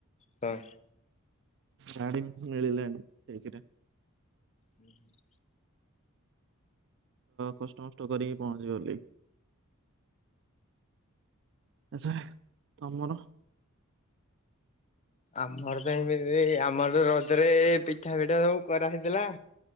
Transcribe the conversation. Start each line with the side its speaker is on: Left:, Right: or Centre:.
Left: ହଁ
Right: ଗାଡ଼ି ମିଳିଲାନି ଏକେ ରେ
Left: ହୁଁ ହୁଁ।
Right: କଷ୍ଟମଷ୍ଟ କରିକି ପହଞ୍ଚି ଗଲି ଆଚ୍ଛା ତମର
Left: ଆମର ତ ଏମିତି ଆମର ରଜରେ ପିଠା ପିଠା ସବୁ କରା ହେଇଥିଲା